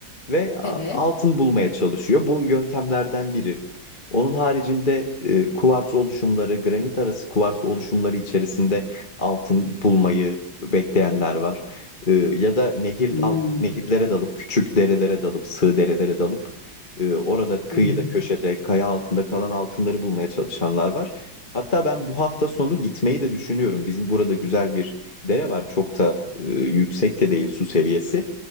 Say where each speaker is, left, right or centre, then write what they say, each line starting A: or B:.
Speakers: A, on the left; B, on the left.
A: ve a-
B: evet.
A: altın bulmaya çalışıyor. Bu yöntemlerden biri. Onun haricinde e, kuvars oluşumları, granit arası kuvars oluşumları içerisinde altın bulmayı bekleyenler var. E, ya da nehir
B: Hmm,
A: dal, nehirlere dalıp, küçük derelere dalıp, sığ derelere dalıp ee, orada kıyıda,
B: hı hı.
A: köşede, kaya altında kalan altınları bulmaya çalışanlar var. Hatta ben bu hafta sonu gitmeyi de düşünüyorum. Bizim burada güzel bir dere var. Çok da e, yüksek de değil su seviyesi.